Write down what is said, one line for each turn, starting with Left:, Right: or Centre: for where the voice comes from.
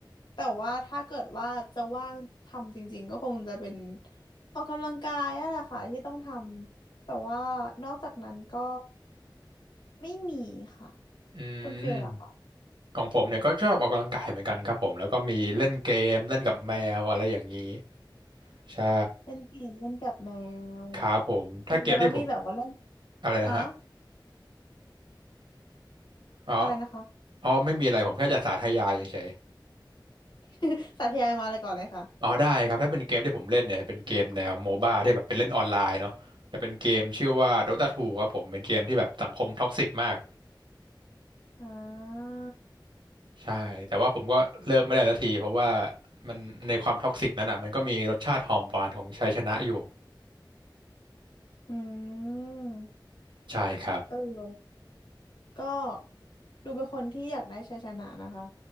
Left: แต่ว่าถ้าเกิดว่าจะว่างทำจริงๆก็คงจะเป็นออกกำลังกายนั่นแหละค่ะที่ต้องทำแต่ว่านอกจากนั้นก็ไม่มีค่ะ
Right: อืม
Left: คุณฟิลล่ะค่ะ
Right: ของผมเนี่ยก็ชอบออกกำลังกายเหมือนกันครับผมแล้วก็มีเล่นเกมเล่นกับแมวอะไรอย่างนี้ใช่
Left: เล่นเกมเล่นกับแมว
Right: ครับผมถ้าเกมที่ผม
Left: แล้วมีแบบว่าเล่น
Right: อะไรนะฮะ
Left: อ๋อ
Right: อ๋อ
Left: อะไรนะคะ
Right: อ๋อไม่มีอะไรผมแค่จะสาธยายเฉย
Left: <laughs> สาธยายมาเลยก่อนเลยค่ะ
Right: อ๋อได้ครับถ้าเป็นเกมที่ผมเล่นเนี่ยเป็นเกมแนวโมบ้าที่แบบเป็นเล่นออนไลน์เนาะจะเป็นเกมชื่อว่า Dota ทูครับผมเป็นเกมที่แบบสังคมท็อกซิกมาก
Left: อ่า
Right: ใช่แต่ว่าผมก็เลิกไม่ได้สักทีเพราะว่ามันในความท็อกซิกนั้นอ่ะมันก็มีรสชาติหอมหวานของชัยชนะอยู่
Left: อืม
Right: ใช่ครับ
Left: เออก็ดูเป็นคนที่อยากได้ชัยชนะนะคะ